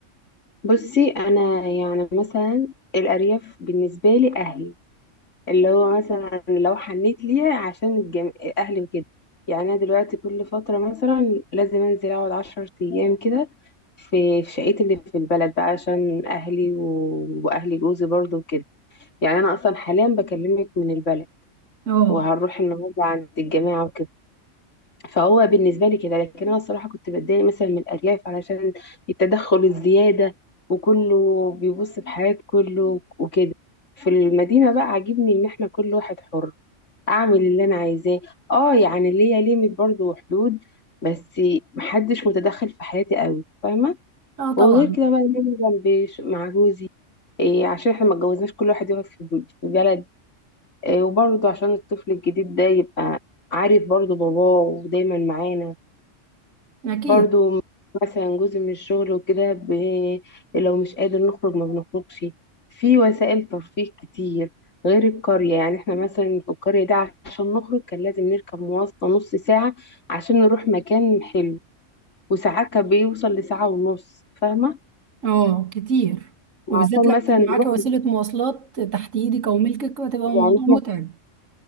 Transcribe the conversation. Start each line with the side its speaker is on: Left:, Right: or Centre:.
Left: بصي انا يعني مثلا الأرياف بالنسبة لي أهلي اللي هو مثلا لو حنيت ليها عشان الجم... اهلي وكده يعني انا دلوقتي كل فتره مثلا لازم انزل اقعد عشر ايام كده في في شقتي اللي في البلد بقى عشان اهلي و... واهلي جوزي برضو وكده يعني انا اصلا حاليا بكلمك من البلد
Right: اه
Left: وهنروح النهارده عند الجماعه وكده فهو بالنسبه لي كده لكن انا الصراحه كنت بتضايق مثلا من الارياف علشان التدخل الزياده وكله بيبص في حياه كله وكده في المدينه بقى عاجبني ان احنا كل واحد حر اعمل اللي انا عايزاه اه يعني ليا ليميت برضو وحدود بس محدش متدخل في حياتي قوي فاهمه
Right: اه طبعا
Left: وغير كده بقى ان انا جنبي ش- مع جوزي إيه عشان احنا ما اتجوزناش كل واحد يقعد في في بلد إيه وبرضو عشان الطفل الجديد ده يبقى عارف برضو باباه ودايما معانا
Right: اكيد
Left: برضو مثلا جزء من الشغل وكده ب... لو مش قادر نخرج ما بنخرجش في وسائل ترفيه كتير غير القرية يعني احنا مثلا في القرية دي عشان نخرج كان لازم نركب مواصلة نص ساعة عشان نروح مكان حلو وساعات كان بيوصل لساعة ونص فاهمة
Right: اه كتير وبالذات
Left: عشان
Right: لو
Left: مثلا
Right: مش
Left: نروح
Right: معاكي وسيلة مواصلات تحت ايدك او ملكك هتبقى الموضوع
Left: يعني احنا
Right: متعب